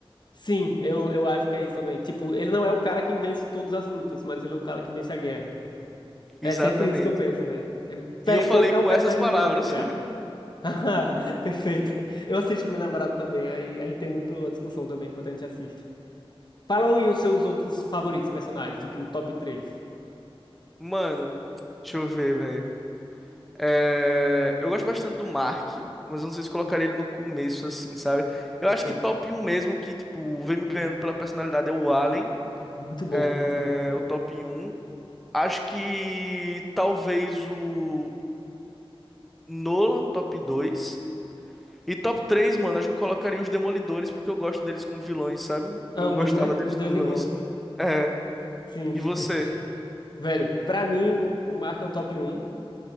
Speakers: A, on the left; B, in the centre.
A: sim, eu, eu acho que é isso também. Tipo, ele não é o cara que vence todas as lutas, mas ele é o cara que vence a guerra. É
B: Exatamente.
A: sempre isso que eu penso, velho. É,
B: E
A: véi,
B: eu falei
A: foi um, é
B: com
A: um personagem
B: essas palavras.
A: muito bem criado.
B: <laughs>
A: <laughs> Perfeito. Eu assisto com minha namorada também, aí a gente tem muito a discussão também enquanto a gente assiste. Fala aí os seus outros favoritos personagens, tipo um top três
B: Mano, deixa eu ver, velho. É, Eu gosto bastante do Mark, mas eu não sei se colocaria ele no começo, assim, sabe? Eu acho
A: Sim.
B: que top um mesmo, que, tipo, vem me ganhando pela personalidade, é o Allen,
A: Muito bom,
B: é,
A: muito bom, sério.
B: o top um. Acho que talvez o Nolan, top dois E top três mano, acho que eu colocaria os Demolidores, porque eu gosto deles como vilões, sabe?
A: Ambos,
B: Eu gostava
A: né?
B: deles
A: Os dois
B: como vilões.
A: irmãos.
B: É,
A: Sim.
B: e você?
A: <laughs> Velho, pra mim, o Mark é o top um